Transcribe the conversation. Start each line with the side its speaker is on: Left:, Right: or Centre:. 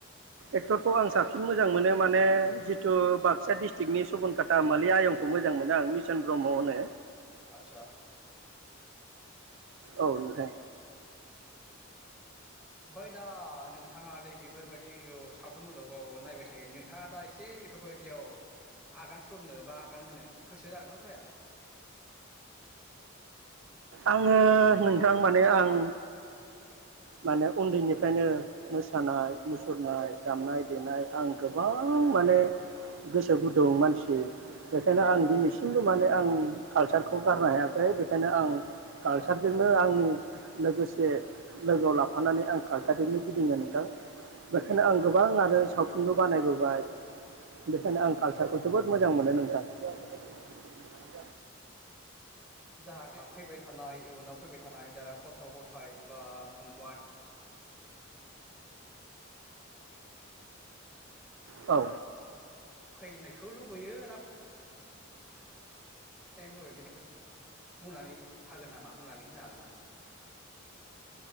Right: एक्टरखौ आं साबसिन मोजां मोनो। माने जिथु बाक्सा डिस्टिक्टनि सुबुनकाटा मालि आयंखौ मोजां मोनो आं मिसन ब्रह्म होनो।
Centre: आतसा।
Right: औ नोंथां।
Centre: बाय दा नो थाङादै बेफोरबायदि औ‌ सावथुन मुलुगाव नायबाय थायो नोंथाङा दा एसे एफोरबायदियाव आगान सुरनो बा आगान होनो गोसो जागोनना जाया?
Right: आङो नोंथां माने आं माने उन्दैनिफ्रायनो मोसानाय मुसुरनाय दामनाय देनाय आं गोबां माने गोसो गुदुं मानसि। बेखायनो
Centre: औ
Right: आं दिनैसिमबो। माने आं कालसारखौ गारनो हायाखै बेखायनो आं कालसारजोंनो आंनि लोगोसे लोगोआव लाफानानै आं कालसारजोंनो गिदिङो नोंथां। बेखायनो
Centre: औ
Right: आं गोबां आरो। सावथुनबो बानायबोबाय बेखायनो आं कालसारखौ जोबोद मोजां मोनो नोंथां। <unintelligible>
Centre: उम जाहाथे फैबाय थानाय इयुनाव फैबाय थानाय दा गथ गथाय बा फंबाय।
Right: औ
Centre: फैनायखौ लुबैयो ना <unintelligible> बुंनानै हागोन नामा बुंनानै होनो हागोन नामा?